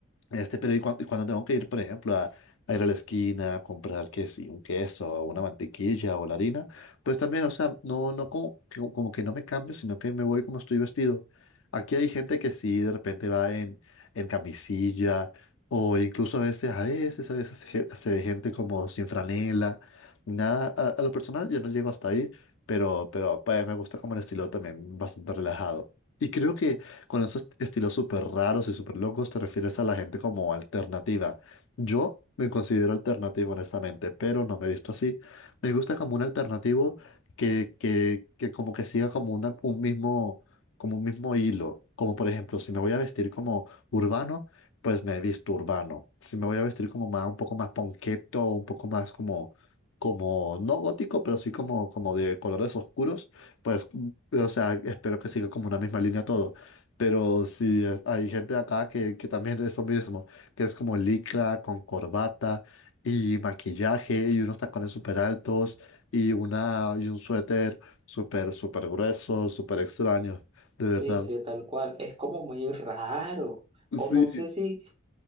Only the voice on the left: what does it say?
Este, pero y cuan- y cuando, tengo que ir, por ejemplo, a, a ir a la esquina a comprar que sí, un queso o una mantequilla o la harina, pues también, o sea, no, no como que, como que no me cambio, sino que me voy como estoy vestido. Aquí hay gente que sí de repente va en, en camisilla o incluso a veces, a veces, a veces se, ge- se ve gente como sin franela, nada, a, a lo personal yo no llego hasta ahí, pero, pero pues me gusta como el estilo también bastante relajado. Y creo que con esos estilos súper raros y súper locos te refieres a la gente como alternativa. Yo me considero alternativo, honestamente, pero no me he visto así. Me gusta como un alternativo que, que, que como que siga como una- un mismo, como un mismo hilo. Como por ejemplo, si me voy a vestir como urbano, pues me he visto urbano. Si me voy a vestir como más, un poco más ponqueto, un poco más como, como, no gótico, pero sí como, como de colores oscuros, pues, mm, o sea, espero que siga como una misma línea todo. Pero sí, es- hay gente acá que, que también es lo mismo, que es como licra con corbata y maquillaje y unos tacones súper altos y, una, y un suéter súper, súper grueso, súper extraño, de verdad.
Sí,